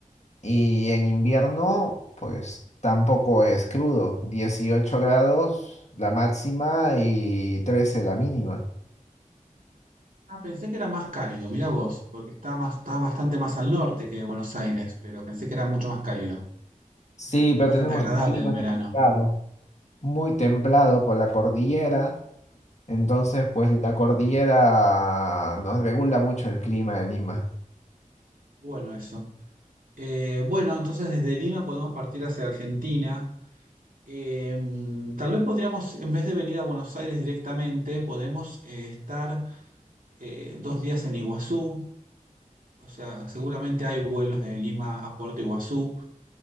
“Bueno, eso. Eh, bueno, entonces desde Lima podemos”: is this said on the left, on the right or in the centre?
Right